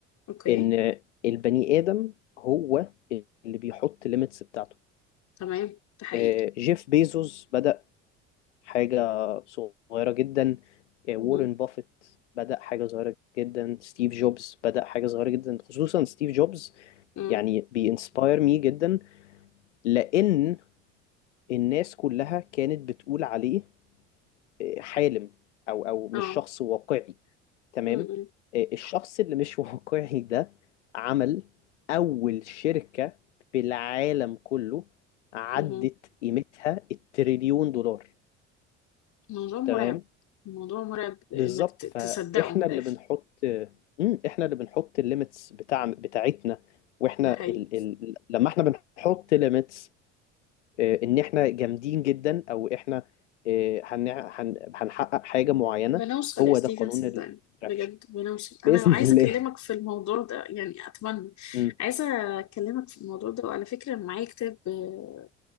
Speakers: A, on the left; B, on the left.
A: اوكي
B: ان البني ادم هو اللي بيحط ليميتس بتاعته
A: تمام ده حقيقي
B: إيه جيف بيزوس بدا حاجه صغيره جدا إيه
A: مهم.
B: وارن بافيت بدأ حاجة صغيرة جدا ستيف جوبز بدأ حاجة صغيرة جدا خصوصا ستيف جوبز
A: مم.
B: يعني بينسباير مي جدا لأن الناس كلها كانت بتقول عليه آه، حالم أو أو مش
A: اه
B: شخص واقعي تمام
A: مم. مم.
B: آه، الشخص اللي مش <laughs> واقعي ده عمل أول شركة في العالم كله عدت
A: مهم.
B: قيمتها التريليون دولار
A: الموضوع مرعب
B: تمام
A: الموضوع مرعب انك
B: بالظبط
A: ت-
B: فإحنا
A: تصدقه من
B: اللي
A: الاخر
B: بنحط مم، إحنا اللي بنحط الليميتس بتاع بتاعتنا واحنا
A: ده حقيقي
B: ال... ال... لما احنا بنحط limits آه، ان احنا جامدين جدا او احنا آه، هنع- هن- هنحقق حاجة معينة
A: بنوصل
B: هو
A: يا ستيفن
B: ده قانون
A: صدقني
B: الاتراكشن
A: بجد بنوصل انا
B: بإذن
A: عايزه
B: الله
A: اكلمك
B: <laughs>
A: في الموضوع ده يعني اتمنى
B: مم.
A: عايزه اكلمك في الموضوع ده وعلى فكره أنا معايا كتاب آه،